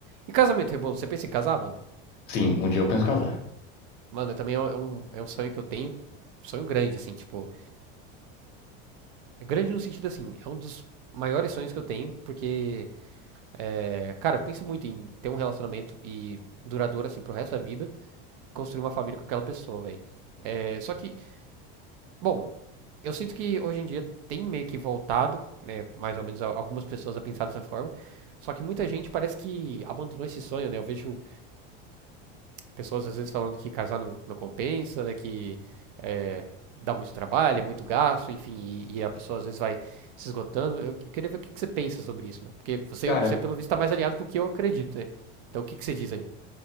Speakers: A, on the right (about 65°); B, on the left (about 35°).
A: E casamento, Rebolo, você pensa em casar, mano?
B: Sim, um dia eu penso casar.
A: Mano, também é um, é um é um sonho que eu tenho. Sonho grande, assim, tipo. Grande no sentido assim, é um dos maiores sonhos que eu tenho, porque, é, cara, eu penso muito em ter um relacionamento e duradouro, assim, pro resto da vida, construir uma família com aquela pessoa, velho. É, só que, bom, eu sinto que hoje em dia tem meio que voltado, né, mais ou menos a- algumas pessoas a pensar dessa forma. Só que muita gente parece que abandonou esse sonho, né? Eu vejo pessoas às vezes falando que casar não, não compensa, né? Que é, dá muito trabalho, é muito gasto, enfim, e, e a pessoa às vezes vai se esgotando. Eu, eu queria ver o que, que você pensa sobre isso, mano. Porque você,
B: Cara,
A: você pelo visto, tá mais alinhado com o que eu acredito, né? Então o que, que você diz aí?